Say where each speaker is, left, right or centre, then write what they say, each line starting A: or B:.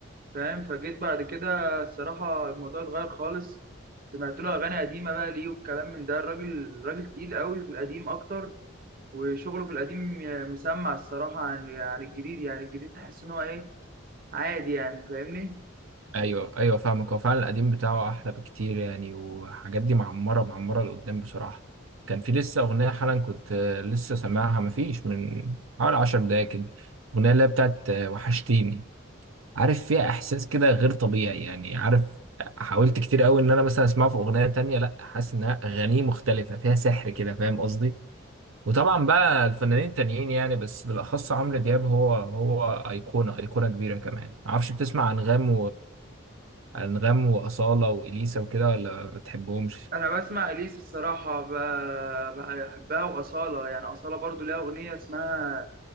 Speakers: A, on the right (about 45°); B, on the right (about 80°).
A: فاهم فجيت بعد كده الصراحه الموضوع اتغير خالص سمعت له اغاني قديمه بقى ليه والكلام من ده الراجل راجل تقيل قوي في القديم اكتر وشغله في القديم مسمع الصراحه عن عن الجديد يعني الجديد تحس ان هو ايه عادي يعني فاهمني
B: ايوه ايوه فاهمك هو فعلا القديم بتاعه احلى بكتير يعني وحاجات دي معمرة معمرة لقدام بصراحة كان في لسه أغنية حالا كنت لسه سامعها مفيش من حوالي عشر دقايق كده الأغنية اللي هي بتاعت وحشتيني عارف فيها احساس كده غير طبيعي يعني عارف حاولت كتير قوي ان انا مثلا اسمعه في اغنيه تانية لا حاسس انها اغانيه مختلفه فيها سحر كده فاهم قصدي وطبعا بقى الفنانين التانيين يعني بس بالاخص عمرو دياب هو هو ايقونه ايقونه كبيره كمان معرفش بتسمع انغام وانغام واصاله واليسا وكده ولا ما بتحبهمش
A: انا بسمع اليس الصراحه ب- بحبها واصاله يعني اصاله برضو ليها اغنيه اسمها